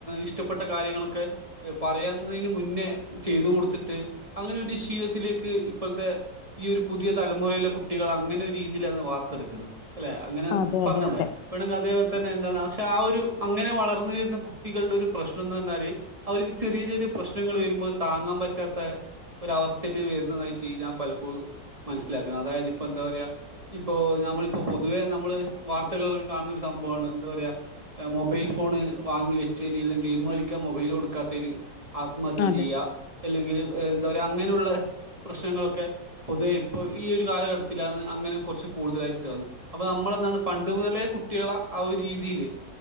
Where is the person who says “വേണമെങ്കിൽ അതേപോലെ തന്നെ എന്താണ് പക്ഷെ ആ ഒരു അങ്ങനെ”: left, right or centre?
Right